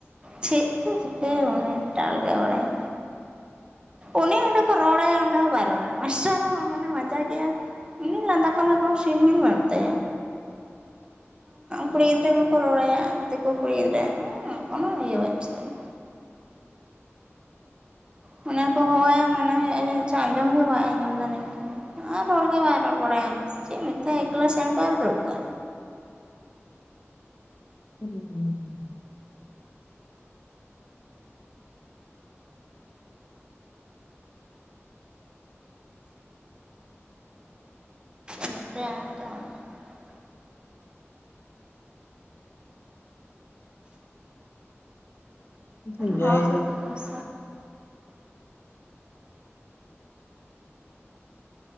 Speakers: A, on the right; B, on the left.
A: ᱪᱮᱫ ᱪᱚ ᱪᱤᱠᱟᱹ ᱩᱱᱤ ᱴᱟᱞ ᱜᱮ ᱵᱟᱲᱟᱭᱟ᱾ ᱩᱱᱤ ᱚᱸᱰᱮ ᱠᱚ ᱨᱚᱲᱟᱭᱟ ᱚᱸᱰᱮ ᱦᱚᱸ ᱵᱟᱭ ᱨᱚᱲᱟ ᱢᱟᱥᱴᱟᱨ ᱦᱚᱸ ᱮᱢᱚᱱ ᱢᱟᱡᱟᱜ ᱜᱮᱭᱟ ᱩᱱᱟᱹᱜ ᱞᱟᱸᱫᱟ ᱠᱷᱚᱱ ᱠᱚᱱᱳ ᱥᱤᱱ ᱢᱤᱱ ᱵᱟᱹᱱᱩᱜ ᱛᱟᱭᱟ᱾ ᱠᱩᱲᱤ ᱜᱤᱫᱽᱨᱟᱹ ᱠᱚᱠᱚ ᱨᱚᱲᱟᱭᱟ ᱫᱤᱠᱩ ᱠᱩᱲᱤ ᱜᱤᱫᱽᱨᱟᱹ ᱚᱱᱟ ᱤᱭᱟᱹ ᱵᱟᱪᱩᱜᱼᱟ ᱾ ᱦᱟᱱᱮ ᱠᱚ ᱦᱚᱦᱚᱭᱟ ᱢᱚᱱᱮ ᱦᱩᱭᱩᱜᱟ ᱟᱸᱡᱚᱢ ᱫᱚ ᱵᱟᱭ ᱟᱸᱡᱚᱢ ᱫᱟ ᱱᱤᱝᱠᱟᱹ ᱟᱨ ᱨᱚᱲᱜᱮ ᱵᱟᱭ ᱨᱚᱲ ᱵᱟᱲᱟᱭᱟ ᱪᱮᱫ ᱢᱤᱛᱟᱭᱟ ᱮᱠᱞᱟ ᱥᱮᱱ ᱠᱚᱜᱼᱟ ᱟᱨ ᱫᱩᱲᱩᱵᱚᱜᱼᱟ᱾
B: <unintelligible>
A: <unintelligible>
B: ᱦᱩᱸ ᱡᱟᱭᱦᱳᱠ
A: ᱦᱚᱨ ᱥᱮᱡ ᱛᱮ <unintelligible>